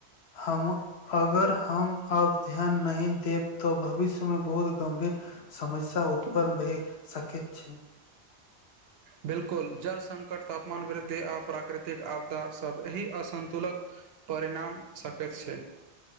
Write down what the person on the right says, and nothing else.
बिल्कुल जल संकट तापमान वृद्धि आ प्राकृतिक आपदा सब एहि असन्तुलक परिणाम सकैत छै